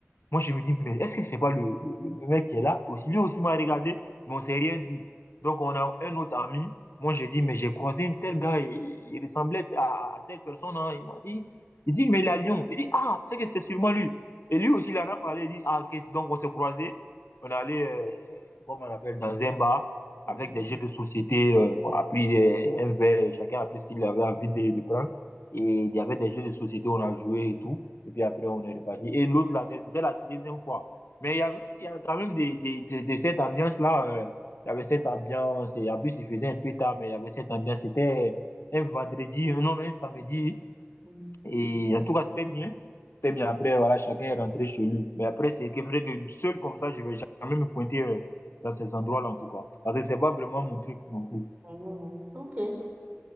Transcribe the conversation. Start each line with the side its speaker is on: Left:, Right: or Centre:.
Left: Moi, je me dis, mais est-ce que c'est pas le, le- le mec qui est là? Aussi, lui aussi m'a regardé, mais on s'est rien dit. Donc, on a un autre ami. Moi, j'ai dit, mais j'ai croisé un tel gars, il, il ressemblait à, à telle personne. hein. Il m'a dit, il dit, mais il est à Lyon. Il dit, ah, c'est que c'est sûrement lui. Et lui aussi, il en a parlé. Il dit, ah, ok. donc on s'est croisés. On est allé, euh, comme on appelle, dans un bar
Right: Mhm.
Left: avec des jeux de société. euh, on a pris des- un verre, chacun a pris ce qu'il avait envie de, de prendre. Et il y avait des jeux de société, on a joué et tout. Et puis après, on est reparti. Et l'autre, là, c'était la deuxième fois. Mais il y avait, il y avait quand même des, des, des- des- cette ambiance-là. euh, il y avait cette ambiance. Et en plus, il faisait un peu tard, mais il y avait cette ambiance. C'était un vendredi, euh, non, non, un samedi.
Right: Mhm.
Left: Et en tout cas, c'était bien. C'était bien. Après, voilà, chacun est rentré chez lui. Mais après, c'est que vrai que seul comme ça, je vais jamais me pointer euh, dans ces endroits-là, en tout cas. Parce que c'est pas vraiment mon truc non plus.
Right: Mhm. Ok.